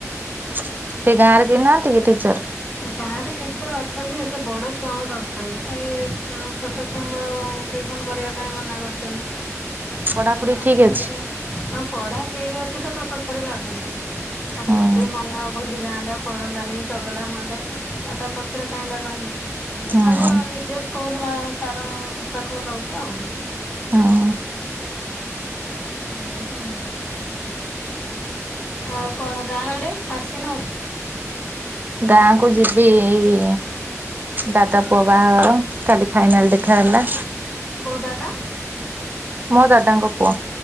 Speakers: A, on the right; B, on the left.
A: ସେ ଗାଁରେ କେହି ନାହାଁନ୍ତି ଟିଚର କି
B: ଗାଁରେ ଟି ର ଅଛନ୍ତି ଯେ ସେ ବଡ ଛୁଆଙ୍କୁ ଧରୁଚନ୍ତି ଏ ଛୋଟ ଛୁଆଙ୍କୁ ଆଉ ଟିଉସନ କରିବା ପାଇଁ ମନା କରଚନ୍ତି
A: ପଢାପଢି ଠିକ ଅଛି
B: ହଁ ପଢା ଠିକ ଅଛି ତ ତା ପଛରେ ଲାଗୁଚି ଆଉ
A: ହୁଁ
B: ଯଦି ମନ ଭୁଲି ଯାଆନ୍ତା ପଢ଼ନ୍ତା ନେଇଁ ଚ ଗଲା ହୁଅନ୍ତା ଆଉ ତା ପଛରେ କାଇଁ ଲାଗନ୍ତି? ମୁଁ
A: ହୁଁ
B: ତାଙ୍କ ନିଜ ସ୍କୁଲ ମା ସାରଙ୍କ ପାଖକୁ ନୋଉଚି ଆଉ
A: ହୁଁ
B: ହଁ। ଆଉ କଣ ଗାଁ ଗଡେ ଆସିନୁ?
A: ଗାଁକୁ ଯିବି ଏଇ ଦାଦା ପୁଅ ବାହାଘର କାଲି ଫାଇନାଲ ଦେଖା ହେଲା।
B: କୋଉ ଦାଦା?
A: ମୋ ଦାଦାଙ୍କ ପୁଅ।